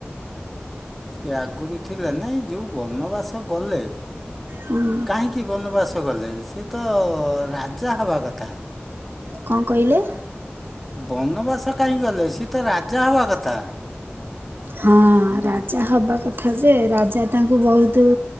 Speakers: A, in the centre; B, on the right (about 60°).
A: ସେ ଆଗରୁ ଥିଲା ନାଇଁ ଯୋଉ ବନବାସ ଗଲେ
B: ହୁଁ
A: କାହିଁକି ବନବାସ ଗଲେ ସିଏ ତ ରାଜା ହବା କଥା।
B: କଁ କହିଲେ?
A: ବନବାସ କାହିଁ ଗଲେ ସିଏ ତ ରାଜା ହବା କଥା?
B: ହଁ ରାଜା ହବା କଥା ଯେ ରାଜା ତାଙ୍କୁ ବହୁତୁ